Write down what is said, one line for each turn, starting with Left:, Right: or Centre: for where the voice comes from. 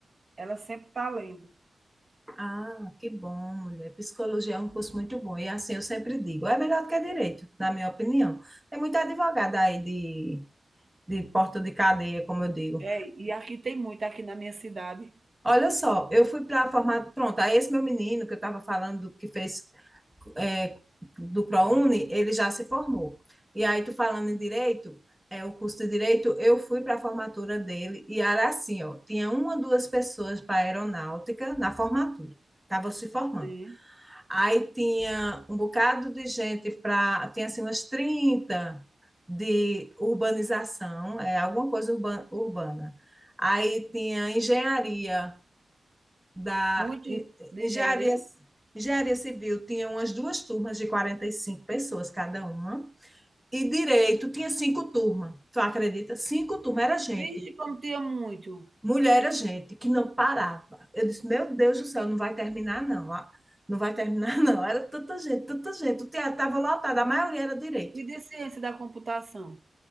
Right: Ela sempre está lendo.
Centre: Ah, que bom, mulher. Psicologia é um curso muito bom. E assim eu sempre digo, é melhor do que direito, na minha opinião. Tem muita advogada aí de, de porta de cadeia, como eu digo.
Right: É, e aqui tem muito, aqui na minha cidade.
Centre: Olha só, eu fui para a formatura. Pronto, aí esse meu menino que eu estava falando que fez é, do ProUni, ele já se formou. E aí, tu falando em direito, é, o curso de direito, eu fui para a formatura dele e era assim, ó, tinha uma ou duas pessoas para aeronáutica na formatura, estavam se formando.
Right: Sim.
Centre: Aí tinha um bocado de gente para, tinha assim umas 30 de urbanização, é alguma coisa urba, urbana. Aí tinha engenharia, da
Right: Muito de
Centre: engenharia,
Right: engenharia.
Centre: engenharia civil tinha umas duas turmas de 45 pessoas cada uma, e direito tinha cinco turmas. Tu acredita? Cinco turmas era gente,
Right: Vixe, como tinha muito.
Centre: mulher era gente, que não parava. Eu disse, meu Deus do céu, não vai terminar, não. ah, Não vai terminar, não. Era tanta gente, tanta gente. O teatro estava lotado, a maioria era direito.
Right: E de ciência da computação?